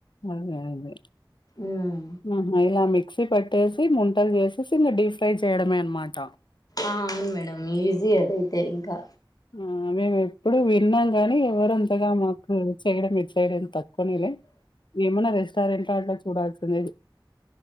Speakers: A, on the left; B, on the left.
A: అదే అదే
B: ఉమ్
A: అహ ఇలా మిక్సీ పట్టేసి ము చేసేసి ఇంకా డీప్ ఫ్రై చేయడమే అనమాట
B: ఆ అవును మేడం ఈజీ అదైతే ఇంకా
A: అ మేము ఎప్పుడు విన్నా కానీ ఎవరు అంతగా మాకు చేయడం <unintelligible> తక్కువనేలే ఏమన్నా రెస్ సర్ ఇంటటే చూడాల్సింది